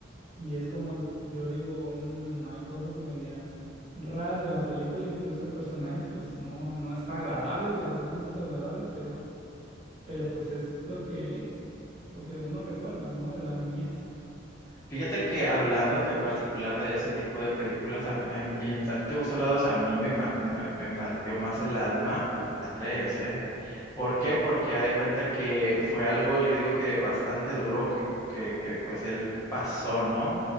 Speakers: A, on the right; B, on the left.
A: Y es como yo digo, "Mm, hay cosas medias raras de la película, incluso el personaje pues no, no está agradable, la verdad no es agradable, pero, pero pues es lo que, lo que uno recuerda, ¿no? De la niñez.
B: Fíjate que hablando en particular de ese tipo de películas, a, mí- a mí- eh, a ti te gustó la 2, a mí me, par- me, me partió más el alma la 3, ¿eh? ¿Por qué? Porque ha de cuenta que fue algo, yo digo que bastante duro que, que, que pues él pasó, ¿no?